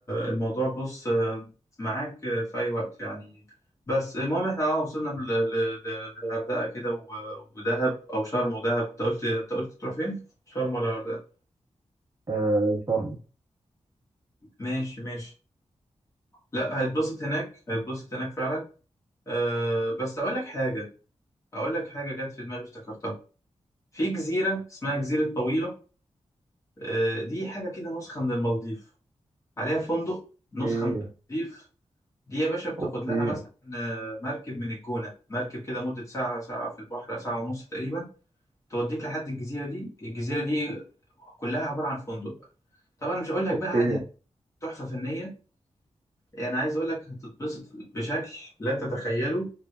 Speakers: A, on the left; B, on the right.
A: الموضوع بص آه، معاك آه، في اي وقت يعني بس المهم احنا اه وصلنا ل- ل- ل- للغردقه كده و- ودهب او شرم ودهب انت قلت انت قلت تروح فين شرم ولا الغردقه
B: آه شرم
A: ماشي ماشي لا هيتبسط هناك هيتبسط هناك فعلا أه بس اقول لك حاجه اقول لك حاجه جت في دماغي افتكرتها في جزيره اسمها جزيره طويله أه دي حاجه كده نسخه من المالديف عليها فندق نسخه
B: ايه
A: من المالديف دي يا باشا بتاخد
B: اوكي
A: لها مثلا آه، مركب من الجونة مركب كده مدة ساعة ساعة في البحر ساعة ونص تقريبا توديك لحد الجزيرة دي الجزيرة دي كلها عبارة عن فندق بقى طبعا مش هقول لك
B: اوكي
A: بقى عن يعني تحفة فنية يعني عايز اقول لك هتتبسط بشكل لا تتخيله